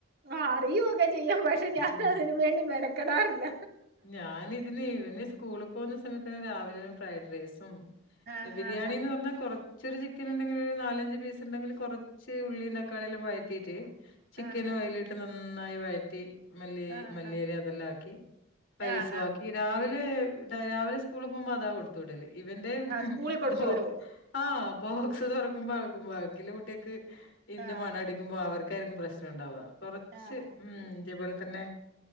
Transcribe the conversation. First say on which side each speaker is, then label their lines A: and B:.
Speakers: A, on the right; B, on the left.
A: ആഹ് അറിയുക്കെ ചെയ്യാം പക്ഷെ ഞാനതിന്
B: ഉം
A: വേണ്ടി മെനക്കെടാറില്ല
B: ഞാനിഇതിന് ഇവന് സ്കൂളിൽ പോകുന്ന സമയത്തന്നെ രാവിലെ ഫ്രൈഡയ്സും
A: ആഹ്
B: ബിരിയാണിന്ന്
A: ആഹ്
B: പറഞ്ഞാ കൊറച്ചൊരു ചിക്കൻ ഇണ്ടെങ്കിൽ ഒര് നാലഞ്ച് പീസ് ഇണ്ടെങ്കില് കൊറച്ച് ഉള്ളി താക്കാളിയെല്ലാം വഴറ്റീട്ട്
A: ആഹ്
B: ചിക്കന്
A: ആഹ്
B: അതിലിട്ട് നന്നായി വഴറ്റി മല്ലി
A: ആഹ്
B: മല്ലിയില അതെല്ലാം ആക്കി റൈസ്
A: ആഹ് ആഹ്
B: ആക്കി രാവിലെ എന്താ രാവിലെ സ്കൂളിൽ പോകുമ്പോ അതാ കൊട് ത്ത് വിടല് ഇവന്റെ
A: ആഹ് സ്കൂളിൽ കൊടുത്തു
B: പോ
A: വിടുവോ
B: ആഹ് ബോക്സ് തൊറക്കുമ്പോ ബാക്കിലെ കുട്ടിയേൾക്ക് ഇതിന്റെ
A: ആഹ്
B: മണം അടി ക്കുമ്പോ അവർക്കായിരിക്കും പ്രശ്നണ്ടാവ കൊറച്ച്
A: ആഹ്
B: ഹ്മ്മ് ഇതേപോലെ തന്നെ